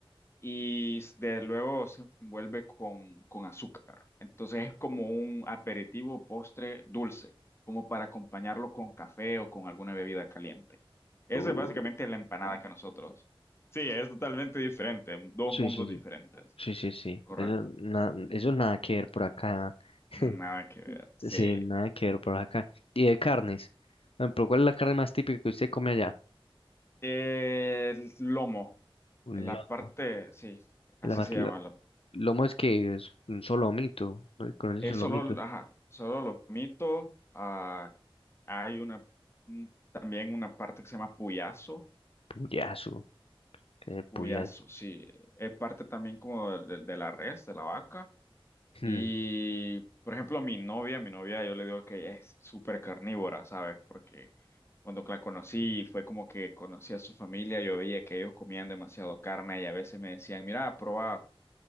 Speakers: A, on the left; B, on the left.
A: y de luego se envuelve con, con azúcar. Entonces es como un aperitivo, postre dulce, como para acompañarlo con café o con alguna bebida caliente. eso
B: Uh,
A: es básicamente la empanada que nosotros. Sí, es totalmente diferente, dos
B: sí,
A: mundos
B: sí,
A: diferentes.
B: sí. Sí, sí, sí.
A: Correcto.
B: Eso, na- eso nada que ver por acá. <laughs>
A: Nada que ver. Sí.
B: Sí, nada que ver por acá. Y de carnes. Por ejemplo, ¿cuál es la carne más típica que usted come allá?
A: El lomo,
B: Un
A: la
B: lomo.
A: parte, sí, así
B: La más,
A: se
B: la-
A: llama. la-
B: lomo es que es un solomito. ¿No? ¿Conoce
A: es
B: el solomito?
A: solo, ajá, solo lomito, ah, Hay una, un- también una parte que se llama puyazo.
B: Puyazo. El puyal.
A: Puyazo, sí. Es parte también como de, de- de la res, de la vaca.
B: Hmm,
A: Y, por ejemplo, mi novia, mi novia, yo le digo que ella es súper carnívora, ¿sabes? Porque cuando la conocí, fue como que conocí a su familia, yo veía que ellos comían demasiado carne y a veces me decían, mira, prueba